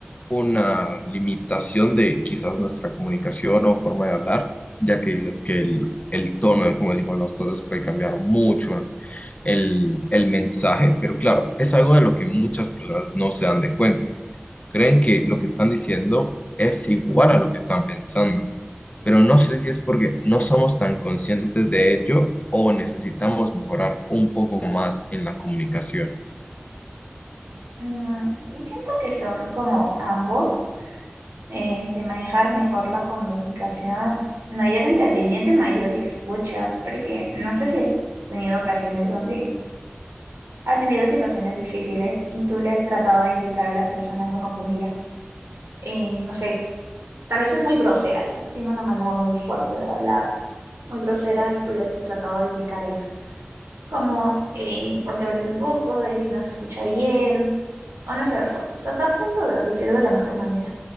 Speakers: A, on the left; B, on the right.
A: una limitación de quizás nuestra comunicación o forma de hablar, ya que dices que el, el tono de cómo decimos las cosas puede cambiar mucho el, el mensaje, pero claro, es algo de lo que muchas personas no se dan de cuenta. Creen que lo que están diciendo es igual a lo que están pensando, pero no sé si es porque no somos tan conscientes de ello o necesitamos mejorar un poco más en la comunicación.
B: Mm, siento que son como ambos. este, manejar mejor la comunicación, mayor entendimiento y mayor escucha, porque no sé si has tenido ocasiones donde has tenido situaciones difíciles y tú le has tratado de indicar a la persona como que mira, eh, no sé, tal vez es muy grosera, ya, tiene una manera muy fuerte de hablar, muy grosera y tú le has tratado de indicar ello, como eh, "Contrólate un poco, eh, no se escucha bien, o no sé, o sea, tratárselo de decir de la mejor manera.